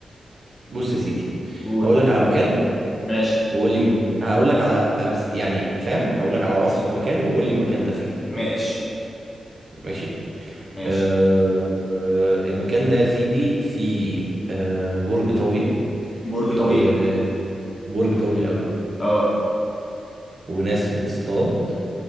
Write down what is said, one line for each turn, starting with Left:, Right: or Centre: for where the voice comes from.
Right: بص يا سيدي
Left: قول
Right: هقول لك على مكان
Left: ماشي
Right: وقول لي مكان هقول لك على أمس يعني فاهم هقول لك على وصف مكان وقول لي المكان ده فين
Left: ماشي
Right: ماشي
Left: ماشي
Right: آه، آه، المكان ده يا سيدي فيه آه، برج طويل
Left: برج طويل
Right: وبرج طويل قوي
Left: اه
Right: وناس بتصطاد